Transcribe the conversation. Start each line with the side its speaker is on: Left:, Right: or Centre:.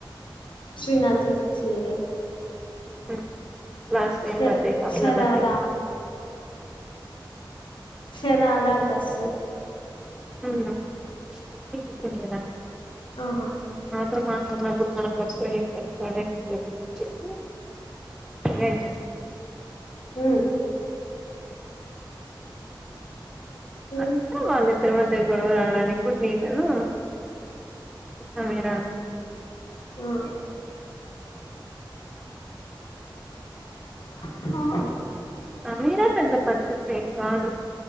Left: శ్రీనాథ్ తీసి ఇచ్చిందే
Centre: హూ లాస్ట్ టైమ్
Left: ష
Centre: బర్డే ఆ పిల్ల
Left: షరారా
Centre: బర్డేకి
Left: షరారా డ్రసు
Centre: హూ <unintelligible> ఉండదా
Left: ఆహా
Centre: ఆ మాత్రన్నప్పుడు మ భ్రష్టం ఏం తలుగుతాడే నేను చెప్తుందని చెప్పి ఇంకేం చెప్
Left: హూ ఉమ్
Centre: అట్లా వాళ్ళ ఇద్దరి మధ్ టే గొడవ రావడానికి కూడ్ రీజను ఇష్టమేనా
Left: ఉమ్ హా
Centre: సమీరా పెద్ద పత్తిత్ ఏం కాదు